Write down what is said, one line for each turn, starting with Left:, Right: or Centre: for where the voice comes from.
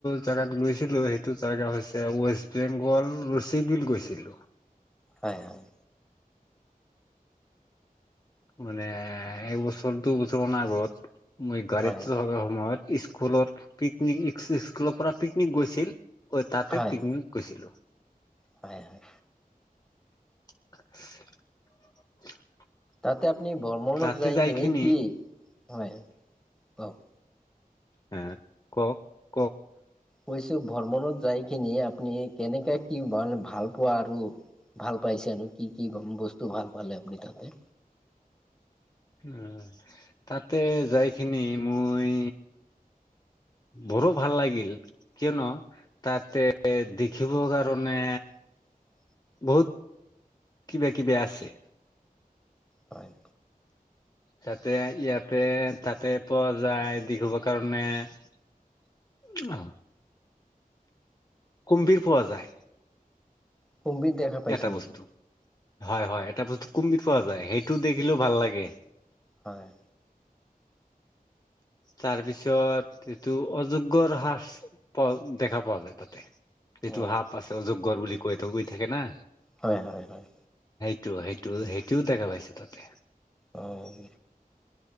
Left: জেগাত গৈছিলো সেইটো জেগা হৈছে ৱেষ্ট বেংগল ৰচিক বিল গৈছি লো
Centre: হয় হয়
Left: মানে এ একবছৰ দুইবছৰ মানৰ আগত মই গাড়ীত
Centre: হয়
Left: থকাৰ সময়ত স্কুলত পিকনিক স্কুলৰ পৰা পিকনিক গৈছিল তাতে
Centre: হয়
Left: পিকনিক গৈছিলো।
Centre: হয় হয়
Left: <unintelligible>
Centre: তাতে আপুনি ভ্ৰমণত
Left: তাতে
Centre: যাই
Left: যাইখিনি
Centre: কিনে কি হয় কক
Left: এ কওঁক
Centre: কৈছো ভ্ৰমণত যাই কিনি আপুনি কেনেকে কি মানে ভাল পোৱা আৰু ভাল পাইছে আৰু কি বস্তু ভাল পালে আপনি তাতে
Left: উ তাতে যাইখিনি মই বৰো ভাল লাগিল কিয়নো তাতে দেখিব কাৰণে
Centre: <inaudible>
Left: বহুত কিবা কিবি আছে।
Centre: হয়
Left: তাতে ইয়াতে তাতে পোৱা যায় দেখিব কাৰণে আহ কুম্ভীৰ পোৱা যায়।
Centre: কুম্ভীৰ দেখা পাইছে
Left: এটা
Centre: নেকি?
Left: বস্তু হয় হয় এটা বস্তু কুম্বিত পোৱা যায় সেইটো দেখিলেও ভাল লাগে।
Centre: হয়
Left: তাৰ পিছত এইটো অজগৰ হ্ৰাস প দেখা পোৱা যায় তাতে। যিটো
Centre: অ
Left: সাপ আছে অজগৰ বুলি কৈ ত গৈ থাকে না
Centre: হয় হয় হয়
Left: সটো সেইটো সেইটোও দেখা পাইছে তাতে
Centre: অঅঁ